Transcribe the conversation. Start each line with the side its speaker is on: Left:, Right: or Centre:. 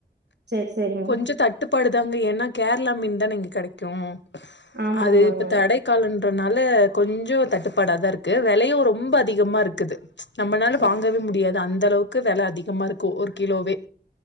Right: சேரி சேரிங்க
Left: கொஞ்சோ தட் டுப்பாடு தாங்க ஏனா கேரள மீன் தான இங்க கெடைக்கும்
Right: ஆமா
Left: அது
Right: ஆமாங்க
Left: இப்ப தடை காலோன்றனால கொஞ்சோ தட்டுப்பாட தா இருக்கு விலையும் ரொம்ப அதிகமா இருக்குது நம்மனால
Right: சே
Left: வாங்கவே முடியாது அந்த அளவுக்கு வில அதிகமா இருக்கும் ஒரு கிலோவே